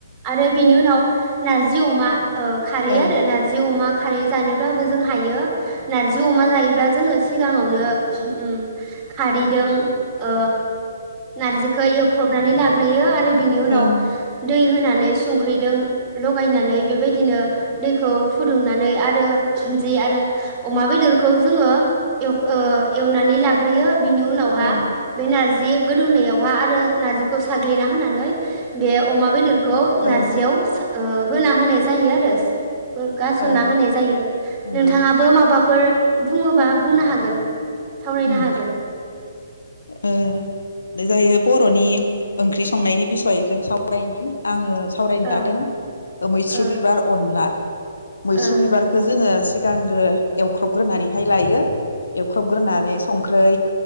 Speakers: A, on the right (about 25°); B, on the left (about 75°).
A: आरो बिनि उनाव नारजि जि अमा ओ खारै
B: औ
A: आरो नारजि अमा खारै जानोब्लाबो जों हायो। नारजि अमा जायोब्ला जोङो सिगाङावनो उम खारैदों ओ नारजिखौ एवख्रबनानै लाग्रोयो आरो बिनि उनाव
B: ओं
A: दै होना नै संख्रिदों लगायनानै बेबायदिनो दैखौ फुदुंनानै आरो जि आरो अमा बेदरखौ जोङो एव ओ एवनानै लाग्रोयो। बिनि उनाव हा
B: औ
A: बे नारजि गोदौनायाव हा आरो नारजिखौ साग्लिना होनानै बे अमा बेदर खौ नारजियाव
B: औ
A: सा ओ होना होनाय जायो आरो। बो गारसनना
B: औ
A: होनाय जायो,
B: नंगौ
A: नोंथाङाबो माबा फोर बुंङोबा बुंनो हागोन। सावरायनो
B: उम
A: हागोन
B: ओ जायो बर'नि ओंख्रि संनायनि बिसय जों सावरायनि आंङो सावरायनो
A: औ
B: लादों मैस्रु
A: ओ
B: बिबार अनला। मैस्रु
A: ओ
B: बिबारखौ जोङो सिगांग्रो एवख्रबग्रोनानै हाय लायो। एवख्रबग्रोना संख्रै